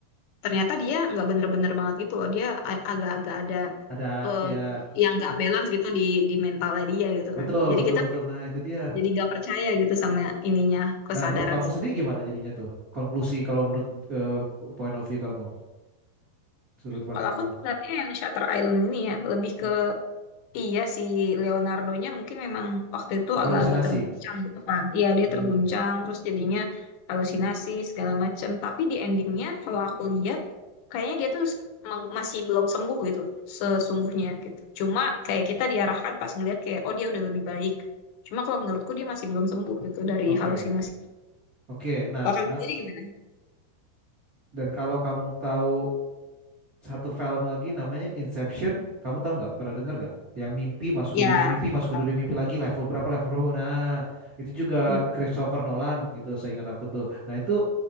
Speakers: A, on the left (about 85°); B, on the right (about 65°).
A: ternyata dia nggak bener-bener banget gitu loh. Dia a- agak-agak ada
B: Ada
A: eh,
B: ya,
A: yang nggak balance gitu di di mentalnya dia
B: <laughs>
A: gitu
B: betul,
A: kan. Jadi
B: betul,
A: kita
B: betul. Nah itu dia.
A: jadi nggak percaya gitu sama ininya kesadaran
B: Nah menurut kamu
A: situ.
B: sendiri gimana jadinya tuh? Konklusi kalau menurut eh, point of view kamu, sudut pandang
A: Kalau
B: kamu,
A: aku lihatnya yang Shutter Island ini ya lebih ke
B: Hmm.
A: Iya si Leonardo-nya mungkin memang waktu itu
B: halusinasi.
A: agak-agak terguncang gitu kan. Iya dia
B: Hmm,
A: terguncang terus jadinya halusinasi segala macam. Tapi di endingnya kalau aku lihat kayaknya dia tuh meng- masih belum sembuh gitu sesungguhnya gitu. Cuma kayak kita diarahkan pas ngelihat kayak oh dia udah lebih baik. Cuma kalau menurutku dia masih belum sembuh gitu dari
B: oke.
A: halusinasi.
B: Oke, nah
A: Kalau kamu
B: ka-
A: sendiri gimana?
B: dan kalau kamu tahu satu film lagi namanya Inception, kamu tahu nggak? Pernah dengar nggak? Yang mimpi masuk
A: Ya.
B: ke dunia mimpi, masuk
A: Salah.
B: ke dunia mimpi lagi level berapa level berapa? Nah, itu juga
A: Hmm.
B: Christopher Nolan gitu, seingat aku tuh. Nah itu